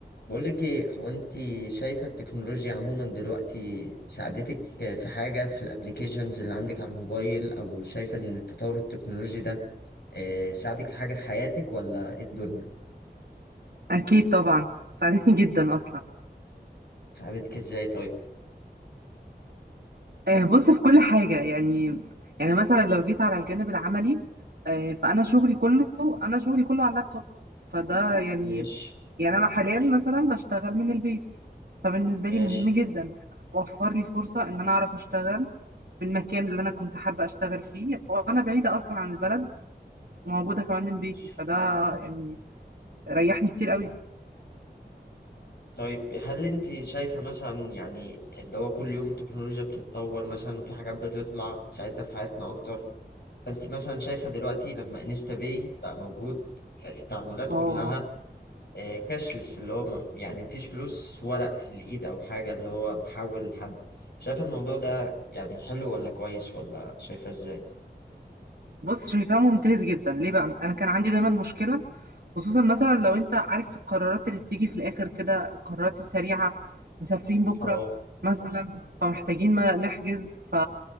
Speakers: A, on the left; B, on the right.
A: بقول لك ايه هو انت شايفة التكنولوجيا عموما دلوقتي ساعدتك في حاجة في الابليكيشنز اللي عندك على الموبايل او شايفة ان التطور التكنولوجي ده آه، ساعدك في حاجة في حياتك ولا ايه الدنيا
B: أكيد طبعا ساعدتني جدا أصلا
A: ساعدتك ازاي طيب
B: آه، بص في كل حاجة يعني يعني مثلا لو جيت على الجانب العملي آه، فأنا شغلي كله أنا شغلي كله على اللابتوب فده يعني
A: ماشي
B: يعني أنا حاليا مثلا بشتغل من البيت فبالنسبة
A: ماشي
B: لي مهم جدا وفر لي فرصة إن أنا أعرف أشتغل في المكان اللي أنا كنت حابة أشتغل فيه وأنا بعيدة أصلا عن البلد وموجودة كمان من بيتي
A: ماشي
B: فده يعني ريحني كتير قوي
A: طيب هل انت شايفة مثلا يعني اللي هو كل يوم التكنولوجيا بتتطور مثلا وفي حاجات بتطلع بتساعدنا في حياتنا اكتر فانت مثلا شايفة دلوقتي لما انستا باي بقى موجود بقت التعاملات
B: اه
A: كلها آه، كاشلس اللي هو م- يعني مفيش فلوس ورق في الإيد أو حاجة اللي هو بحول لحد شايف الموضوع ده يعني حلو ولا كويس ولا شايفها إزاي؟
B: بص شايفاه ممتاز جدا ليه بقى انا كان عندي دايما مشكله خصوصا مثلا لو انت عارف القرارات اللي بتيجي في الاخر كده القرارات السريعه مسافرين بكره
A: اه
B: مثلا فمحتاجين ما نحجز ف